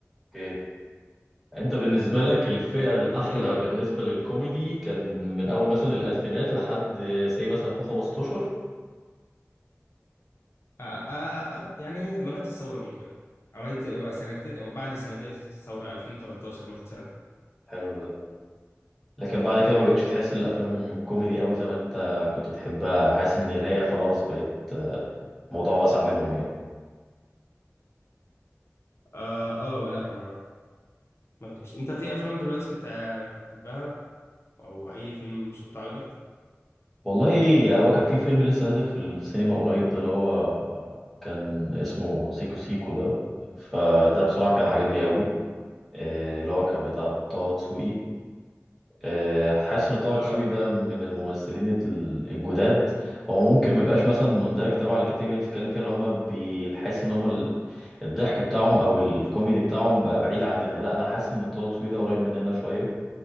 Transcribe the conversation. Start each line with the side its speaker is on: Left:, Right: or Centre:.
Centre: اوكي انت بالنسبة لك الفئة الأحلى
Left: انت ايه رأيك
Centre: بالنسبة للكوميدي كان من أول مثلا الألفينات لحد سي مثلا 2015
Left: آه، آه، آه، يعني لغاية الثورة ممكن لغاية سنتين بعد سنتين الثورة 2013 مثلا
Centre: حلو ده لكن بعد كده ما بقتش تحس الأفلام كوميدي قوي زي ما انت كنت بتحبها حاسس إن هي خلاص بقت آه، موضوع واسع منهم يعني
Left: اه آه، لا ما ما بحبش انت في افلام دلوقتي بت- بتحبها او اي فيلم شفته عجبك
Centre: والله هو كان في فيلم لسه نازل في السينما قريب ده اللي هو كان اسمه سيكو سيكو ده فده بصراحة كان عاجبني قوي آه، اللي هو كان بتاع طه دسوقي آه، حاسس ان طه
Left: اه
Centre: دسوقي ده من الممثلين ال- الجداد هو ممكن ما يبقاش مثلا مندرج تبع الكاتيجوري اللي انت بتتكلم فيها اللي هم بيحس ان هم ال- الضحك بتاعهم او الكوميدي بتاعهم بقى بعيد عننا لا انا حاسس ان طه دسوقي ده قريب مننا شويه